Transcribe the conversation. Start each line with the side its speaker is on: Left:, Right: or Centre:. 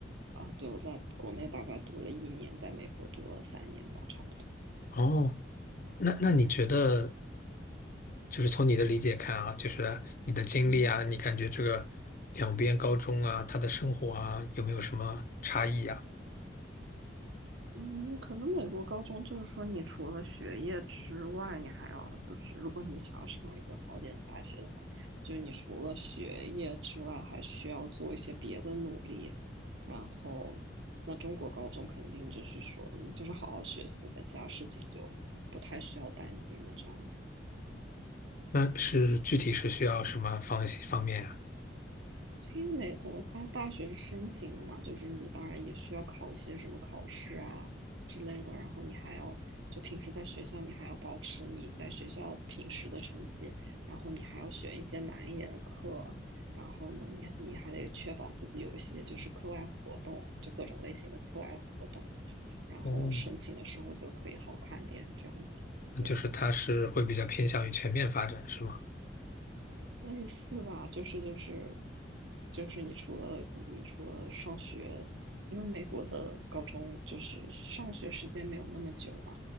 Right: 啊，对，我在国内大概读了一年，在美国读了三年吧，差不多。
Left: 哦，那那你觉得，就是从你的理解看啊，就是你的经历啊，
Right: 嗯。
Left: 你感觉这个两边高中啊，他的生活啊，有没有什么差异呀？
Right: 嗯，可能美国高中就是说，你除了学业之外，你还要就是，如果你想要上一个好点的大学的话，就是你除了学业之外，还需要做一些别的努力。然后，那中国高中肯定就是说，你就是好好学习呗，其他事情就不太需要担心了，这样
Left: 那是具体是需要什么方方面啊？
Right: 因为美国它大学是申请的嘛，就是你当然也需要考一些什么考试啊之类的，然后你还要就平时在学校你还要保持你在学校平时的成绩，然后你还要选一些难一点的课，然后呢你你还得确保自己有一些就是课外活动，就各种类型的课外活动，然后申请的时候就可以好看点这样子，
Left: 哦，那就是他是会比较偏向于全面发展是吗？
Right: 对。类似吧，就是就是就是你除了你除了上学，因为美国的高中就是上学时间没有那么久嘛。